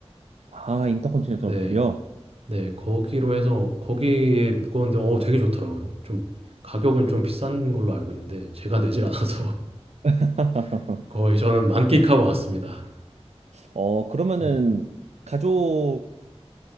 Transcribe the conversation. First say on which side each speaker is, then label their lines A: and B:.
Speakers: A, on the right; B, on the right.
A: 아, 인터컨티넨탈
B: 네.
A: 호텔이요?
B: 네, 거기로 해서 거기에 묵었는데 어, 되게 좋더라고요. 좀 가격은 좀 비싼 걸로 알고 있는데 제가 내질 않아서
A: 네. <laughs>
B: <laughs> 거의 저는 만끽하고 왔습니다.
A: 어, 그러면은
B: 네.
A: 가족분들이